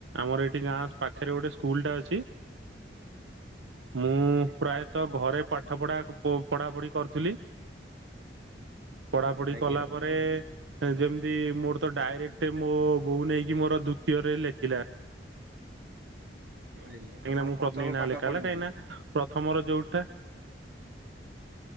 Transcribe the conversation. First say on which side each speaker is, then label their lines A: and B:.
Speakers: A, on the right (about 85°); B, on the right (about 65°).
A: ଆମର ଏଠି ଗାଁ ପାଖରେ ଗୋଟେ ସ୍କୁଲ ଟା ଅଛି। ମୁଁ ପ୍ରାୟତଃ ଘରେ ପାଠ ପଢା ପଢାପଢି କରିଥିଲି। ପଢାପଢି
B: ଆଜ୍ଞା
A: କଲା ପରେ, ଯେମିତି ମୋର ତ ଡାଇରେକ୍ଟ ମୋ ବୋଉ ନେଇକି କି ମୋର ଦୂତୀୟରେ ଲେଖିଲା।
B: ଆଜ୍ଞା
A: କାହିଁକିନା
B: ଆପଣ
A: ମୁଁ
B: ପ୍ରଥମ
A: ପ୍ରନେ ନାଁ
B: ପାଠ
A: ଲେଖା
B: ପଢିନାହାନ୍ତି।
A: ହେଲା। କାହିଁକି ନା ପ୍ରଥମରୁ ଯୋଉଟା